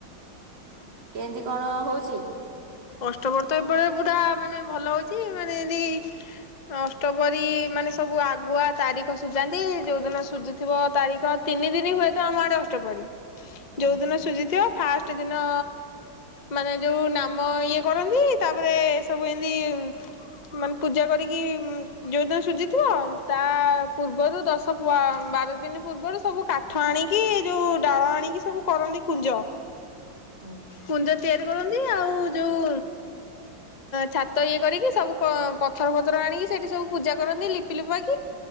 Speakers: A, on the right; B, on the left.
A: କେମିତି କଣ ହଉଛି?
B: ଅଷ୍ଟପ୍ରହରୀ ତ ଏବେତ ପୁରା ମାନେ ଭଲ ହଉଛି ମାନେ ଏମତି ଅଷ୍ଟପ୍ରହରୀ ମାନେ ସବୁ ଆଗୁଆ ତାରିଖ ସୁଝାନ୍ତି ଯୋଉଦିନ ସୁଝୁଥିବ ତାରିଖ ତିନି ଦିନ ହୁଏତ ଆମ ଆଡେ ଅଷ୍ଟପ୍ରହରୀ।
A: ହୁଁ
B: ଯୋଉ ଦିନ ସୁଝିଥିବ। ଫାଷ୍ଟ ଦିନ ମାନେ ଯୋଉ ନାମ ମ ଇଏ କରନ୍ତି ତାପରେ ଏ ସବୁ ଏମତି ମାନେ ପୂଜା କରିକି ଯେଉଁଦିନ ସୁଜିଥିବ ତା ତା ପୂର୍ବରୁ ଦଶ ପୁଅ ବାରଟା ଦିନି ପୂର୍ବରୁ ସବୁ କାଠ ଆଣିକି ଯୋଉ ଡାଳ ଆଣିକି ସବୁ କରନ୍ତି କୁଞ୍ଜ।
A: ହୁଁ।
B: କୁଞ୍ଜ ତିଆରି କରନ୍ତି। ଆଉ ଯୋଉ ଛାତ ଇଏ କରିକି ସବୁ ପଥର ଫଥର ଆଣିକି ସେଇଠି ସବୁ ପୂଜା କରନ୍ତି ଲିପି ଲୁପାକି କିି